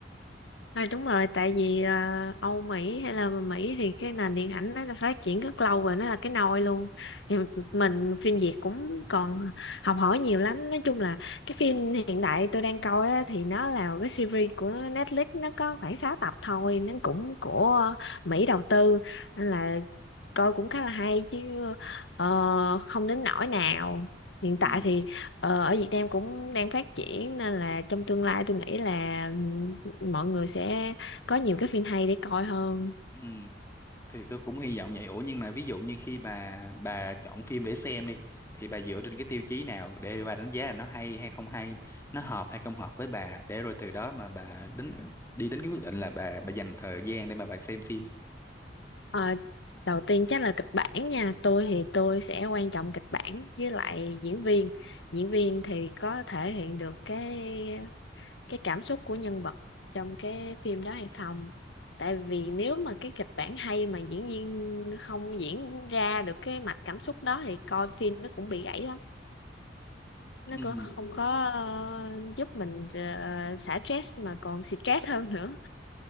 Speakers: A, on the left; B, on the left.
A: thôi đúng rồi tại vì à, Âu Mỹ hay là Mỹ thì cái nền điện ảnh nó đã phát triển rất lâu rồi nó là cái nôi luôn thì mình phim Việt cũng còn học hỏi nhiều lắm nói chung là cái phim hiện đại tôi đang coi á, thì nó là cái series của Netflix nó có khoảng 6 tập thôi nó cũng của Mỹ đầu tư nên là coi cũng khá là hay chứ ờ, không đến nỗi nào hiện
B: ừ
A: tại thì ờ, ở Việt Nam cũng đang phát triển nên là trong tương lai tôi nghĩ là mọi người sẽ có nhiều cái phim hay để coi hơn
B: ừ thì tôi cũng hy vọng vậy ủa nhưng mà ví dụ như khi bà bà chọn phim để xem đi thì bà dựa trên cái tiêu chí nào để bà đánh giá là nó hay hay không hay nó hợp hay không hợp với bà để rồi từ đó mà bà đến đi đến cái quyết định là bà bà dành thời gian để mà bà xem phim
A: Ờ, đầu tiên chắc là kịch bản nha tôi thì tôi sẽ quan trọng kịch bản với lại diễn viên diễn viên thì có thể hiện được cái cái cảm xúc của nhân vật trong cái phim đó hay không tại vì nếu mà cái kịch bản hay mà diễn viên không diễn ra được cái mạch cảm xúc đó thì coi phim nó cũng bị gãy lắm nó
B: ừ.
A: cũng không có ờ, giúp mình ờ, xả stress mà còn stress hơn nữa